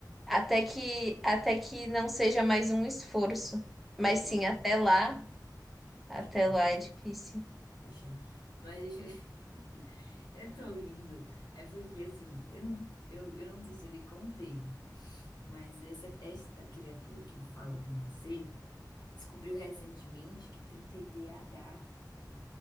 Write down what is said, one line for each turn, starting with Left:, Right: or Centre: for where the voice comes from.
Centre: até que até que não seja mais um esforço.
Left: Verdade.
Centre: Mas sim, até lá,
Left: Paixão.
Centre: até lá é difícil.
Left: Paixão. Mas deixa eu... <laughs> eu tô rindo. É porque, assim, eu, não- eu, eu não sei se eu lhe contei, mas essa, esta criatura que fala com você descobriu recentemente que tem TDAH.